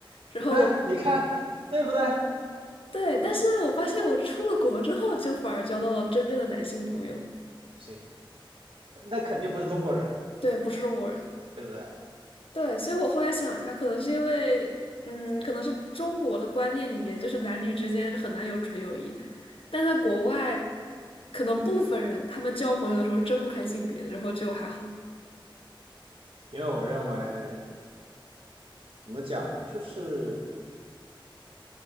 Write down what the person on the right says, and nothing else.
对，你看对不对？
不信，那肯定不是中国人，
对不对？
因为我认为。怎么讲呢？就是